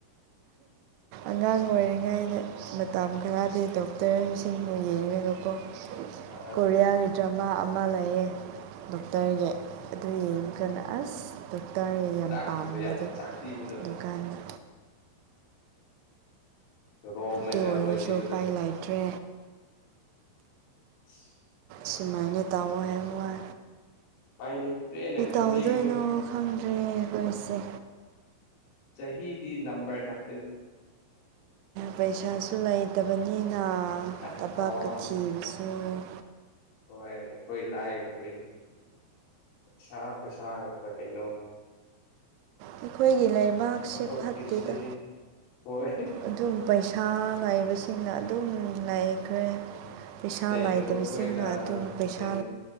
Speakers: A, on the right; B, on the left.
A: ꯑꯉꯥꯡ ꯑꯣꯏꯔꯤꯉꯩꯗ ꯃꯇꯝ ꯈꯔꯗꯤ ꯗꯣꯛꯇꯔꯁꯤꯡꯕꯨ ꯌꯦꯡꯂꯡꯒꯀꯣ
B: ꯑꯥ
A: ꯀꯣꯔꯤꯌꯥꯒꯤ ꯗ꯭ꯔꯃꯥ ꯑꯃ ꯂꯩꯌꯦ ꯗꯣꯛꯇꯔꯒꯤ ꯑꯗꯨ ꯌꯦꯡ ꯀꯟꯅ ꯑꯁ ꯗꯣꯛꯇꯔ ꯌꯥꯝ
B: ꯆꯥꯛꯄꯗꯣ
A: ꯄꯥꯝꯕꯗꯣ
B: ꯌꯥꯝ ꯆꯥꯛꯄꯤꯕꯗꯣ
A: ꯑꯗꯨꯀꯥꯟꯗ
B: ꯔꯣꯜ ꯃꯦꯗꯜ
A: ꯇꯨ ꯑꯣꯏꯅꯁꯨ
B: ꯑꯣꯏꯕꯤꯕꯗꯣ
A: ꯎꯄꯥꯏ ꯂꯩꯇ꯭ꯔꯦ
B: <unintelligible>
A: ꯁꯤ ꯃꯅꯦ ꯇꯥꯎꯕ ꯍꯥꯏ ꯍ
B: ꯎꯄꯥꯏ ꯂꯩꯇ꯭ꯔꯦꯅ ꯈꯟꯕꯤꯒꯅꯨ
A: ꯇꯧꯗꯣꯏꯅꯣ ꯈꯪꯗ꯭ꯔꯦ ꯊꯧꯔꯤꯁꯦ
B: ꯆꯍꯤꯗꯤ ꯅꯝꯕꯔ ꯈꯛ
A: ꯄꯩꯁꯥꯁꯨ ꯂꯩꯇꯕꯅꯤꯅ
B: ꯑ
A: ꯊꯕꯛꯀ
B: ꯑꯥ
A: ꯊꯤꯕꯁꯨ ꯎꯝ
B: ꯍꯣꯏ ꯑꯩꯈꯣꯏ ꯂꯥꯛꯑꯦꯕ ꯑꯩꯈꯣꯏꯗꯤ ꯄꯩꯁꯥ ꯄꯩꯁꯥ ꯉꯥꯛꯇ ꯀꯩꯅꯣ
A: ꯑꯩꯈꯣꯏꯒꯤ ꯂꯩꯕꯥꯛꯁꯤꯦ
B: ꯊꯕꯛꯀꯤꯁꯦ
A: ꯐꯠꯇꯦꯗ
B: ꯍꯣꯏ
A: ꯑꯗꯨꯝ ꯄꯩꯁꯥ ꯉꯥꯏꯕꯁꯤꯡꯅ ꯑꯗꯨꯝ ꯂꯥꯏꯈ꯭ꯔꯦ ꯄꯩꯁꯥ
B: ꯂꯩꯇꯕ
A: ꯂꯥꯏꯗꯕꯁꯤꯡꯅ
B: ꯈꯣꯏꯅ
A: ꯑꯗꯨꯝ ꯄꯩꯁꯥ
B: ꯍꯦꯟ